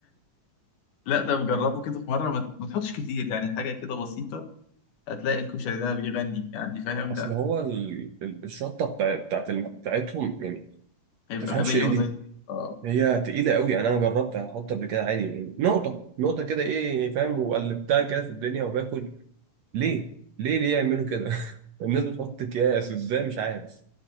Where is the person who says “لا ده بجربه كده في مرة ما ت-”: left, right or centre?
Left